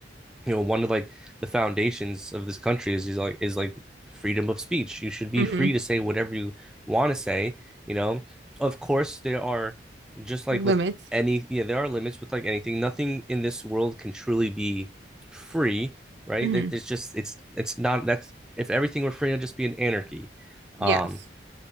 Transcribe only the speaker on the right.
hmm
limits
hmm
yes